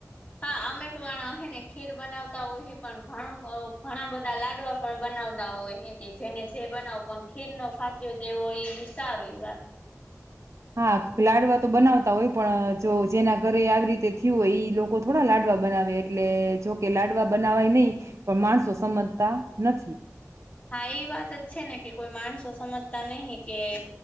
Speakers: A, on the left; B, on the right.
A: હા અમે પણ હેને ખીર બનાવતા હોહી, પણ ઘણું ઘણા બધા લાડવા પણ બનાવતા હોય હે, કે જેને જે બનાવું પણ ખીરનો ફાતિયો દેવો ઈ સારું ઈ વાત.
B: હા. લાડવા તો બનાવતા હોય પણ જો જેના ઘરે આવી રીતે થયું હોય ઈ લોકો થોડા લાડવા બનાવે, એટલે જોકે લાડવા બનાવાય નહીં, પણ માણસો સમજતા નથી.
A: હા ઈ વાત જ છે ને, કે કોઈ માણસો સમજતા નહિ કે